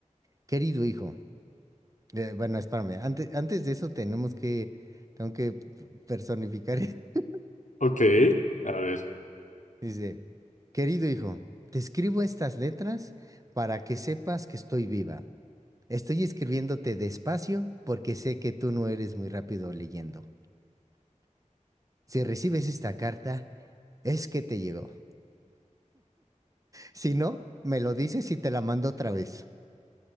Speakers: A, on the right; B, on the left.
A: Querido hijo. eh, bueno, espérame. Antes, antes de eso tenemos que, tengo que personificar. <laughs>
B: Ok, a ver.
A: Dice, querido hijo, te escribo estas letras para que sepas que estoy viva. Estoy escribiéndote despacio porque sé que tú no eres muy rápido leyendo. Si recibes esta carta, es que te llegó. Si no, me lo dices y te la mando otra vez.